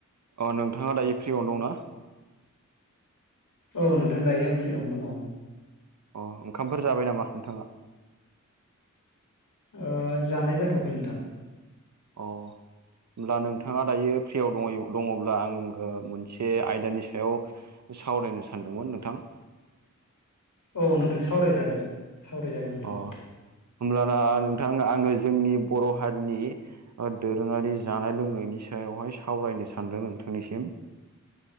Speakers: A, on the right; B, on the left.
A: अ नोंथाङा दायो फ्रियावनो दंना?
B: औ नोंथां दायो आं फ्रियावनो दङ।
A: अ ओंखामफोर जाबाय नामा नोंथाङा?
B: ओं जानाय जाथ'वाखै नोंथां।
A: अ। होमब्ला नोंथाङा दायो फ्रियाव दङ' दङ'ब्ला आं मोनसे आयदानि सायाव सावरायनो सानदोंमोन नोंथां।
B: औ नोंथां सावरायजागोन सावरायजागोन नोंथां।
A: अ होमब्लाना नोंथां आङो जोंनि बर' हारिनि ओ दोरोङारि जानाय लोंनायनि सायावहाय सावरायनो सानदों नोंथांनिसिम।